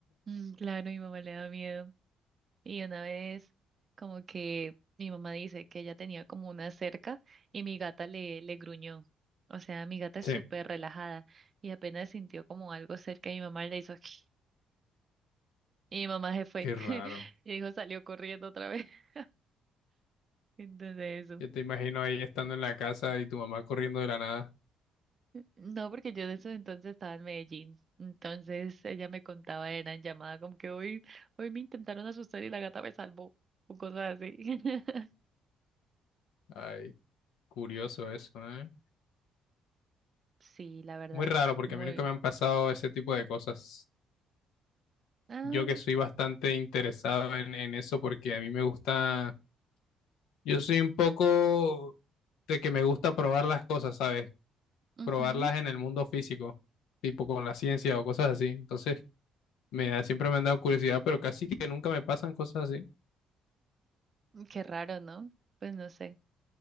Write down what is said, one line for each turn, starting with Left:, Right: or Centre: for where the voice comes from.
Right: Mm, claro, mi mamá le da miedo. Y una vez, como que mi mamá dice que ella tenía como una cerca y mi gata le, le gruñó. O sea, mi gata es
Left: <laughs> Sí,
Right: súper relajada y apenas sintió como algo cerca y mi mamá le hizo <laughs> y mi mamá se fue
Left: qué
Right: <laughs>
Left: raro.
Right: y dijo salió corriendo otra vez. <laughs> Entonces eso.
Left: Yo te imagino ahí estando en la casa y tu mamá corriendo de la nada.
Right: No, porque yo de esos entonces estaba en Medellín. Entonces ella me contaba, era en llamada, como que hoy, hoy me intentaron asustar y la gata me salvó, o cosas así. <laughs>
Left: Ay, curioso eso, ¿eh?
Right: Sí, la verdad,
Left: Muy raro porque
Right: muy...
Left: a mí nunca me han pasado ese tipo de cosas.
Right: Ah,
Left: Yo que soy bastante interesado en, en eso porque a mí me gusta, yo soy un poco de que me gusta probar las cosas, ¿sabes?
Right: ujú,
Left: Probarlas en el mundo físico, tipo con la ciencia o cosas así. Entonces, Me da, siempre me han dado curiosidad, pero casi que nunca me pasan cosas así.
Right: Qué raro, ¿no? Pues no sé.